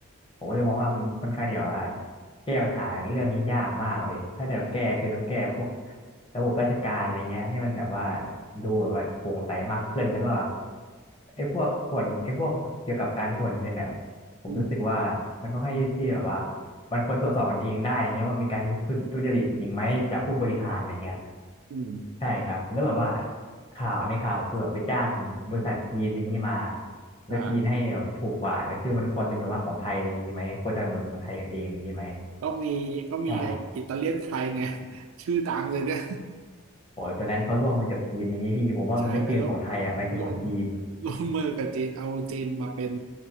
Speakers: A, on the left; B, on the right.
A: ผมก็เลยมองว่ามันค่อนข้างเดียวว่าแก้ปัญหาเรื่องนี้ยากมากเลยถ้าจะแก้คือต้องแก้พวกระบบราชการอะไรเงี้ยให้มันแบบว่าดูแบบว่าโปร่งใสมากขึ้นแล้วก็ไอ้พวกส่วนไอ้พวกเกี่ยวกับการตรวจเงินอ่ะผมรู้สึกว่ามันค่อนข้างที่แบบว่า
B: อืม
A: มันควรตรวจสอบกันเองได้อะไรเงี้ยว่ามีการทุจริตจริงไหมจากผู้บริหารอะไรเงี้ย
B: อืม
A: ใช่ครับ แล้วแบบว่าข่าวในข่าวคือแบบไปจ้างบริษัทจีนอย่างนี้มาแล้วจีนให้แบบถูกกว่า
B: อ่า
A: แล้วคือมันควรเป็นแบบว่าของไทยอะไรอย่างนี้ไหมควรสนับสนุนของไทยกันเองอย่างนี้ไหม
B: ก็มีก็มีไงอิตาเลียนไทยไง
A: ใช่
B: <laughs> ชื่อดังเลยเนี่ย
A: โอ้ยตัวนั้นเขาร่วมมือกับจีนอย่างนี้พี่ผมว่ามันไม่ใช่ของไทยอ่ะมันคือของจีน
B: <laughs> ใช่ไปร่วมร่วมร่วมมือกับจีนเอาจีนมาเป็น